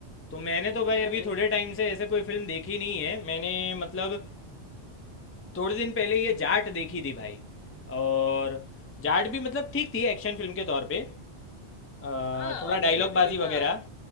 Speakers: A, on the left; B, on the left.
A: तो मैंने तो
B: और
A: भाई
B: भाई
A: अभी थोड़े टाइम से ऐसे कोई फिल्म देखी नहीं है मैंने मतलब थोड़े दिन पहले ये जाट देखी थी भाई और जाट भी मतलब ठीक थी एक्शन फिल्म के तौर पे अ,
B: हाँ
A: थोड़ा
B: मैंने
A: डायलॉग
B: भी
A: बाजी
B: देखा
A: वगैरह